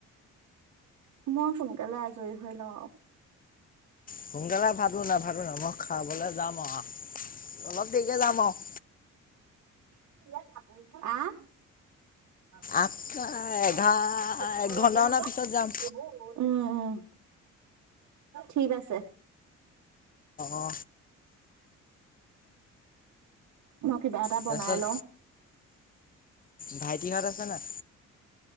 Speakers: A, on the right; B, on the left.
A: মই সোনকালে আজৰি হৈ লওঁ আৰু।
B: সোনকালে ভাবো <unintelligible> মই। খাবলে যাম অহ। অলপ দেৰিকে যাম আও।
A: <unintelligible> আহ <unintelligible> চাৰিডাল
B: আঠটা
A: <unintelligible>
B: এঘাৰ
A: চালা পঢ়িব
B: এক
A: লাগে
B: ঘন্টামানৰ
A: নে তই।
B: পিছত যাম
A: <unintelligible> উম উম ঠিক আছে।
B: অ
A: মই কিবা এটা বনাই
B: তাৰপিছত
A: লওঁ।
B: ভাইটিহঁত আছে নাই?